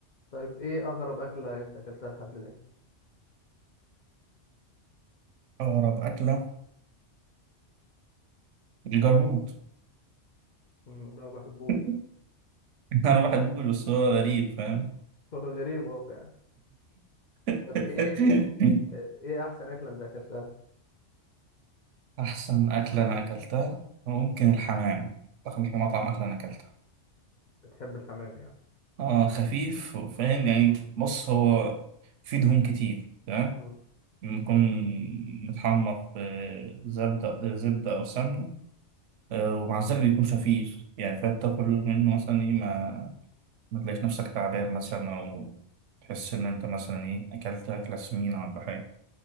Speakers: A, on the left (about 50°); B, on the right (about 80°).
A: طيب ايه اغرب اكله انت اكلتها لحد الان
B: أغرب أكلة الجرموط
A: مم، انا ما بحبوش
B: <laughs> <laughs> انا بحبوش بس هو غريب فاهم
A: <laughs> غريب اهو يعني
B: <laughs>
A: طب ايه ايه احسن اكله انت اكلتها
B: احسن اكله انا اكلتها ممكن الحمام احسن مطعم اكله انا اكلتها
A: بتحب الحمام يعني
B: اه خفيف فاهم يعني
A: آه.
B: بص هو فيه دهون كتير تمام
A: مم.
B: بيكون متحمر في زبدة زبدة أو سمنة آه، ومع ذلك بيكون خفيف يعني فأنت تاكل منه مثلا إيه ما ما تلاقيش نفسك تعبان مثلا أو تحس إن أنت مثلا إيه أكلت أكلة سمينة ولا حاجة